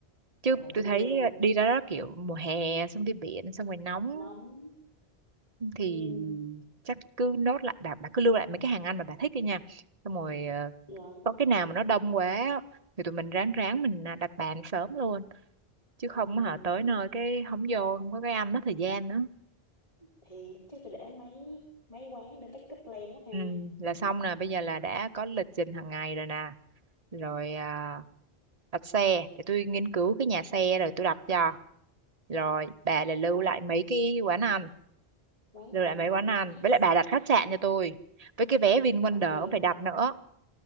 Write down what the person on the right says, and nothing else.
chứ
tôi thấy
à, đi ra đó kiểu mùa hè xong đi biển xong rồi nóng
thì
chắc cứ nốt lại bà bà cứ lưu lại mấy cái hàng ăn mà bà thích đi nha xong rồi à,
có cái nào mà nó đông quá á, thì tụi mình ráng ráng mình à, đặt bàn sớm luôn chứ không
hả tới nơi cái không vô không có cái ăn mất thời gian nữa
ừ, là xong nè bây giờ là đã có lịch trình hàng ngày rồi nè rồi à, đặt xe để tôi nghiên cứu cái nhà xe rồi tôi đặt cho rồi bà là lưu
lại mấy cái quán ăn
lưu
lại mấy quán
ăn với
lại bà đặt khách sạn cho tôi với cái vé VinWonder
cũng phải đặt nữa